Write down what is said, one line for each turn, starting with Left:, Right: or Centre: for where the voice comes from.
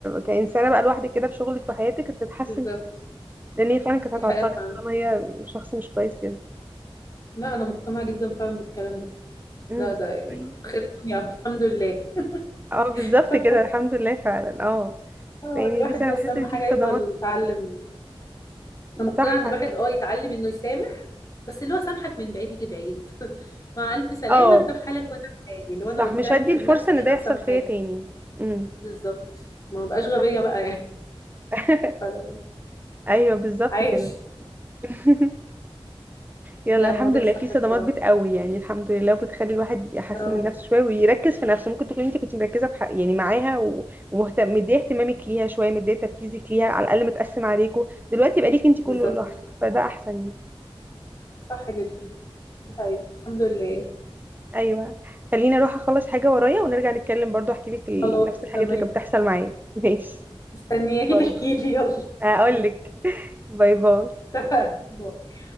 Right: كانسانه بقى لوحدك كده في شغلك وحياتك تتحسن
Left: بالظبط
Right: كتير لان هي فعلا كانت
Left: دي
Right: هتعطلك
Left: حقيقة فعلا
Right: طالما هي شخص مش كويس كده
Left: لا أنا مقتنعة جدا فعلا بالكلام ده
Right: امم
Left: لا ده يعني
Right: طيب.
Left: كتر خير الدنيا الحمد لله
Right: اه بالظبط
Left: <laughs> كتر
Right: كده الحمد لله فعلا اه
Left: آه،
Right: يعني
Left: الواحد
Right: بس انا
Left: بس
Right: بحس
Left: أهم
Right: ان
Left: حاجة
Right: في صدمات
Left: يفضل يتعلم أنا مقتنعة
Right: صح
Left: إن الواحد أه يتعلم إنه يسامح بس اللي هو سامحك من بعيد لبعيد <laughs> مع ألف سلامة
Right: اه
Left: أنت في حالك وأنا في حالي اللي هو
Right: صح
Left: أنا قدام
Right: مش هدي الفرصه
Left: نفسي
Right: ان
Left: أنا
Right: ده يحصل
Left: مسامحاك
Right: فيا تاني امم
Left: بالظبط ما بقاش غبية
Right: صح
Left: بقى يعني
Right: <laughs>
Left: <laughs> فأنا
Right: ايوه بالظبط
Left: عايش
Right: كده <laughs> يلا
Left: لا
Right: الحمد
Left: ما هو ده
Right: لله
Left: الصح
Right: في صدمات
Left: بصراحة
Right: بتقوي يعني الحمد لله وبتخلي الواحد يحسن
Left: أه
Right: من نفسه شويه ويركز في نفسه ممكن تكون انت كنت مركزه بح... يعني معاها و- ومهتم مديه اهتمامك ليها شويه مديه تركيزك ليها على الاقل متقسم عليكوا دلوقتي يبقى ليك انت كله
Left: بالظبط
Right: لوحدك فده احسن يعني.
Left: صح جدا دي حقيقة الحمد لله
Right: ايوه خليني اروح اخلص حاجه ورايا ونرجع نتكلم برضو احكي لك ال-
Left: خلاص
Right: نفس الحاجات
Left: تمام
Right: اللي كانت بتحصل معايا <laughs> ماشي
Left: مستنياكي
Right: باي
Left: تحكي
Right: باي
Left: لي يلا
Right: اقول
Left: باي.
Right: لك باي باي
Left: اتفقنا باي.